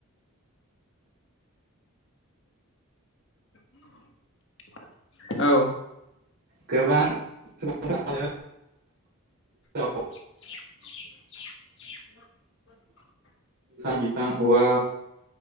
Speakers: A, on the left; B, on the right.
A: <inaudible> <inaudible> औ
B: गोबां सुबुंफोर
A: <inaudible>
B: <unintelligible> बिफां औवा